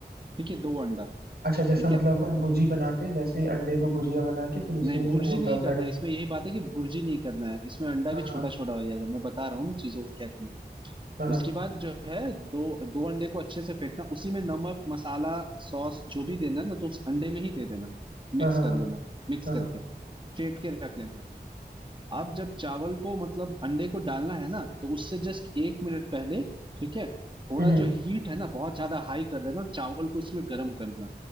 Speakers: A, on the right; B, on the right.
A: ठीक है दो अंडा
B: अच्छा जैसा
A: ठीक
B: मतलब
A: है
B: अपन भुजी बनाते हैं वैसे ही अंडे को भुजिया बना के फिर उसी
A: नहीं
B: में
A: भुर्जी
B: वो
A: नहीं
B: डालकर
A: करना
B: डाल
A: है इसमें यही बात है कि भुर्जी नहीं करना है इसमें अंडा
B: हाँ
A: भी छोटा छोटा हो जाएगा मैं बता रहा हूँ ना चीजों को क्या करना है।
B: हाँ हाँ
A: उसके
B: हाँ
A: बाद जो है दो दो अंडे को अच्छे से फेंटना उसी में नमक मसाला सॉस जो भी देना है ना तो उस अंडे में ही दे देना
B: हाँ
A: मिक्स
B: हाँ
A: कर
B: हाँ
A: लेना मिक्स
B: हाँ हाँ।
A: करके फेंट के रख लेना अब जब चावल को मतलब अंडे को डालना है ना तो उससे जस्ट एक मिनट पहले ठीक है थोड़ा
B: हम्म
A: जो हीट है ना बहुत ज्यादा हाई कर देना और चावल को उसमें गर्म करना